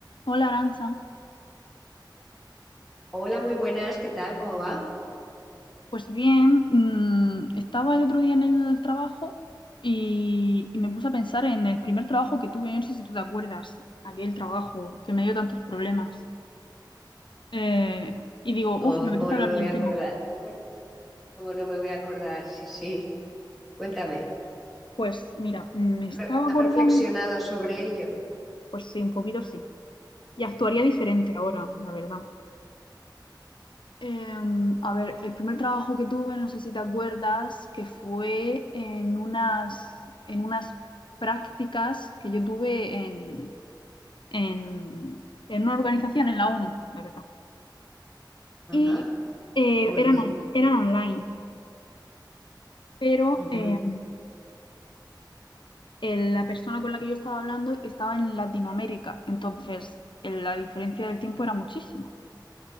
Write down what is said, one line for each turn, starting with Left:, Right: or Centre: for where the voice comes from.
Left: Hola Aranza.
Centre: Hola, muy buenas, ¿qué tal? ¿Cómo va?
Left: pues bien, mm, estaba el otro día en el trabajo y, y me puse a pensar en el primer trabajo que tuve, no sé si tú te acuerdas, aquel trabajo que me dio tantos problemas. Eh, y digo,
Centre: Oh,
Left: uff, me apetece
Centre: ¿cómo
Left: hablar
Centre: no me
Left: del
Centre: voy a acordar?
Left: tema.
Centre: ¿Cómo, cómo no me voy a acordar? Sí, sí, cuéntame.
Left: Pues mira, mm, me
Centre: Re-
Left: estaba acordando,
Centre: ¿has reflexionado sobre ello?
Left: pues sí, un poquito sí, y actuaría diferente ahora, la verdad. Em, a ver, el primer trabajo que tuve, no sé si te acuerdas, que fue en unas, en unas prácticas que yo tuve en en, en una organización, en la ONU, la verdad.
Centre: Ajá,
Left: Y eh,
Centre: muy
Left: eran,
Centre: bien.
Left: on- eran online, pero
Centre: Ujú,
Left: eh, el- la persona con la que yo estaba hablando estaba en Latinoamérica, entonces el- la diferencia del tiempo era muchísima.